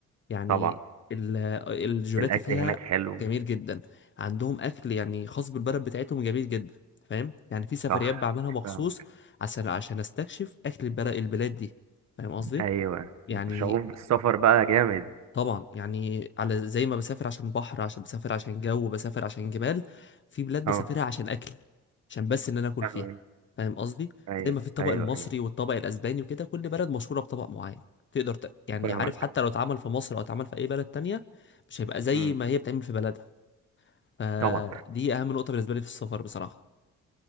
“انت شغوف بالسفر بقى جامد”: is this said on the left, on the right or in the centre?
Right